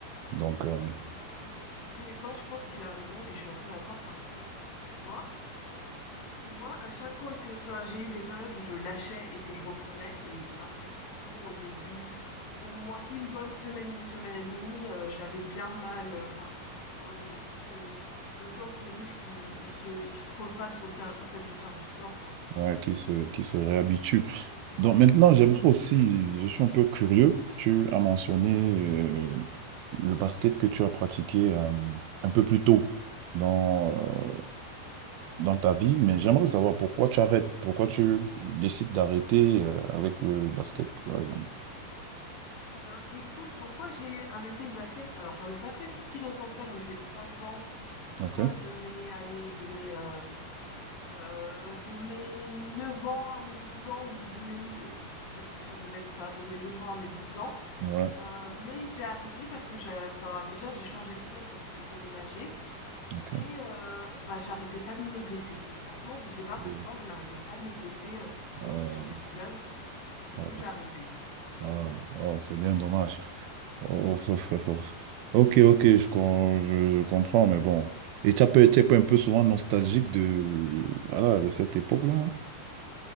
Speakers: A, on the right; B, on the left.
A: Donc, euh,
B: Bah, tu, tu sais quoi, je pense qu'il a raison et je suis assez d'accord parce que, tu vois, moi, à chaque fois que, enfin, j'ai eu des périodes où je lâchais et que je reprenais, et pareil, toujours au début, au moins une bonne semaine, une semaine et demie, euh, j'avais bien mal euh, partout, tu vois, mais c'est le temps que tes muscles, ils, ils se, ils se refassent au, fer- au fait de faire du sport, quoi.
A: ouais, qui se, qui se réhabituent. Donc maintenant, j'aimerais aussi, je suis un peu curieux, tu as mentionné euh, le basket que tu as pratiqué euh, un peu plus tôt dans, euh, dans ta vie, mais j'aimerais savoir pourquoi tu arrêtes, pourquoi tu décides d'arrêter euh, avec le basket, par exemple.
B: Eh ben, écoute, pourquoi j'ai arrêté le basket? Alors, j'en ai pas fait si longtemps que ça, j'en ai fait trois ans, je crois,
A: Ok,
B: de mes, allez, de mes euh, Heu, de mes 9 ans à mes douze ans ou de mes heu, je sais plus, ça devait être ça, de mes 9 ans à mes 12 ans.
A: ouais,
B: Heu, mais j'ai arrêté parce que j'ai enfin, déjà j'ai changé de club parce que j'ai déménagé
A: ok.
B: et heu, bah, j'arrêtais pas de me blesser. Franchement, je sais pas pourquoi,
A: Euh,
B: je n'arrêtais pas de me blesser, heu,
A: euh,
B: quand j'ai changé de club et du
A: euh,
B: coup j'ai arrêté.
A: euh, oh, c'est bien dommage. Oh, <laughs> oh, oh, oh. Ok, ok, je, com- je, je comprends, mais bon. Et tu as pas été un peu souvent nostalgique de, voilà, de cette époque-là. hein